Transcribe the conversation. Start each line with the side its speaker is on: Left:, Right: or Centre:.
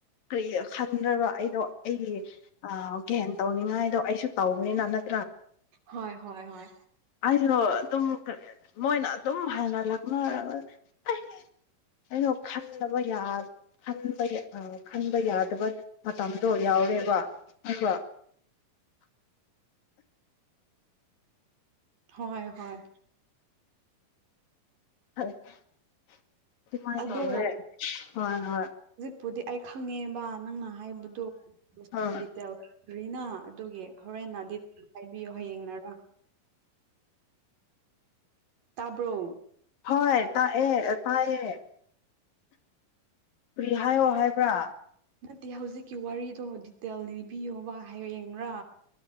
Left: ꯀꯔꯤ ꯈꯟꯗ꯭ꯔꯒ ꯑꯩꯗꯣ ꯑꯩꯒꯤ ꯒ ꯇꯧꯅꯤꯡꯉꯥꯏꯗꯣ ꯑꯩꯁꯨ ꯇꯧꯕꯅꯤꯅꯛ
Right: ꯍꯣꯏ ꯍꯣꯏ ꯍꯣꯏ
Left: ꯑꯩꯁꯨ ꯑꯗꯨꯝ ꯃꯣꯏꯅ ꯑꯗꯨꯝ ꯍꯥꯟꯅ ꯂꯥꯛꯅꯔ ꯑꯩꯗꯣ ꯈꯟꯗꯕ ꯈꯟꯕ ꯑ ꯈꯟꯕ ꯌꯥꯗꯕ ꯃꯇꯝꯗꯣ ꯌꯥꯎꯔꯦꯕ ꯑꯗꯨꯒ
Right: ꯍꯣꯏ ꯍꯣꯏ
Left: ꯑꯗꯨꯃꯥꯏ
Right: ꯑꯗꯣ
Left: ꯇꯧꯔꯦ ꯍꯣꯏ ꯍꯣꯏ
Right: ꯄꯨꯗꯤ ꯑꯩ ꯈꯪꯉꯦꯕ ꯅꯪꯅ ꯍꯥꯏꯕꯗꯨꯇꯦꯜꯗꯔꯤꯅ
Left: ꯍꯣꯏ
Right: ꯑꯗꯨꯒꯤ ꯍꯣꯔꯦꯟ ꯗꯤ ꯍꯥꯏꯕꯤꯌꯣ ꯍꯌꯦꯡꯅꯔ ꯇꯥꯕ꯭ꯔꯣ
Left: ꯍꯣꯏ ꯇꯥꯏꯌꯦ ꯇꯥꯏꯌꯦ ꯀꯥꯔꯤ ꯍꯥꯏꯌꯣ ꯍꯥꯏꯕ꯭ꯔꯥ
Right: ꯅꯠꯇꯦ ꯍꯧꯖꯤꯛꯀꯤ ꯋꯥꯔꯤꯗꯣ ꯗꯤꯇꯦꯜ ꯂꯤꯕꯤꯌꯣꯕ ꯍꯌꯦꯡꯔꯥ